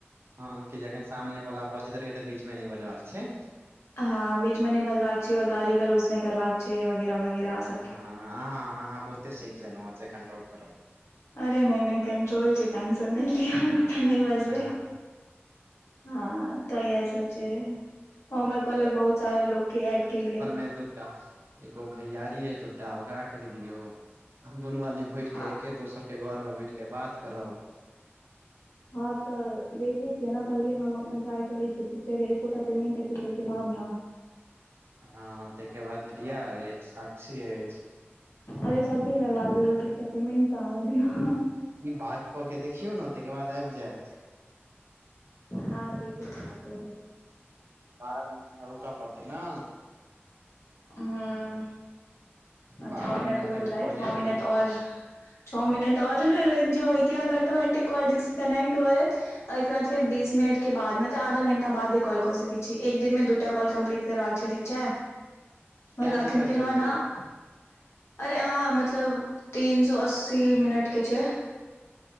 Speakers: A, on the right (about 65°); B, on the left (about 85°).
A: हँ कि जखन सामने वाला बजैत रहै तऽ बीचमे नय बजबाक छै
B: हँ बीच मे नय बजबाक छैय आओर गाली गलोज नय करबाक छैय वगैरा वगैरास
A: हँ आँहाँ आहाँ बहुते सीख लेलौं हाँ से कंटोप करब
B: आरे नय नय कंट्रोल के टेंशन नै लिअ ओत नै बजबै
A: हँ
B: हँ तऽ आइ जे हम आइ काॅलक बहुत सारा लोग के ऐड केलियै
A: मै दूटा एगो भैयारी अइ दूटा ओकरा कहि दियौ हम दुनू आदमी बैठ
B: हँ
A: के एके दोसर के घर मे बैठ के बात करब
B: हँ तऽ देखै छियै न पहिले हम अपन ट्राई करै छियै अगर एकोटा पेमेंट एतै तैके बाद न
A: हँ तैके बाद प्रिया अछि साक्षी एछि
B: अरे सबके करबा देबै बस एकटा पेमेंट तऽ आब दियौ
A: ई बात कके देखियौ न तै के बाद आइब जैयत
B: हँ देखै छियै कोशिश
A: फारम रूक पड़तै न
B: हूँ
A: बारह
B: अछ <unintelligible> मिनट होयवला
A: तक
B: अछि
A: बजैत
B: छ मिनट
A: रहू
B: आओर छ मिनट आओर रुकजाव ओइ के बाद ऑटोमेटिक कॉल डिस्कनेक्ट भजएत ओहिके बाद फेर बीस मिनट के बाद मे आधा घंटा बादे कॉल कऽ सकैत छी एक दिन मे दूटा कॉल कम्प्लीट करबाक छै ठीक छै, मत
A: कै
B: अखन
A: दिन तक
B: केलउहै
A: चलतै
B: न अरे अहाँ मतलब तीन सौ अस्सी मिनट के छै